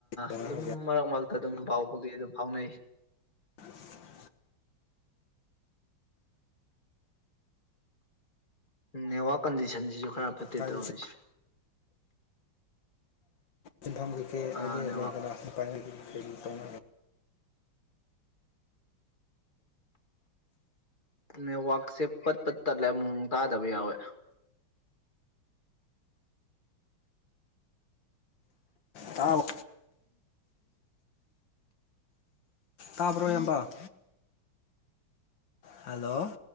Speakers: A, on the left; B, on the left.
A: ꯇꯧꯅꯔꯒꯦ
B: ꯑꯗꯨꯝ ꯃꯔꯛ ꯃꯔꯛꯇ ꯑꯗꯨꯝ ꯐꯥꯎꯕꯗꯤ ꯑꯗꯨꯝ ꯐꯥꯎꯅꯩ
A: <inaudible>
B: ꯅ ꯋꯥꯔ ꯀꯟꯗꯤꯁꯟꯁꯤꯁꯨ ꯈꯔ ꯐꯠꯇꯦ
A: ꯍꯥꯏꯗꯤ
B: ꯇꯧꯔꯤꯁꯦ
A: ꯁꯤꯟꯐꯝ ꯀꯩꯀꯩ
B: ꯑꯥ
A: ꯑꯩꯒ
B: ꯅꯦꯠꯋꯥꯛ
A: ꯂꯩꯗꯅ ꯅꯨꯄꯥꯥꯏ ꯀꯩ ꯇꯧꯅꯒꯦ
B: ꯅꯦꯠꯋꯥꯛꯁꯦ ꯄꯠ ꯄꯠ ꯇꯠꯂꯦ ꯑꯃꯨꯛꯨꯛ ꯇꯥꯗꯕ ꯌꯥꯎꯋꯦ
A: ꯇꯥꯥꯎ ꯇꯥꯕ꯭ꯔꯣꯏ ꯍꯝꯕ ꯍꯂꯣ